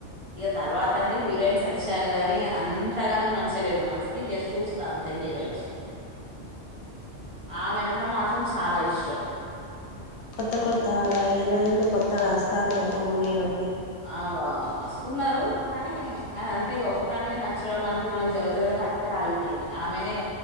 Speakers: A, on the right; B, on the left.
A: ఇక తర్వాత అంటే హీరోయిన్స్ వచ్చారు గాని అంతగాన నచ్చలేదు మనసుకి జస్ట్ చూ తంతే హీరోయిన్స్ ని ఆ నటన మాత్రం చాలా ఇష్టం
B: కొత్త కొత్తగా ఈరో ఇంలు కొత్తగా వస్తారు కదా మూవీలో
A: అవ వస్తున్నారు కానీ అంటే ఒక కాన్న నచ్చడం అంటూ మనకి జరుగుతుంది గట్టి అక్కడే ఆగిపోయింది ఆమెనే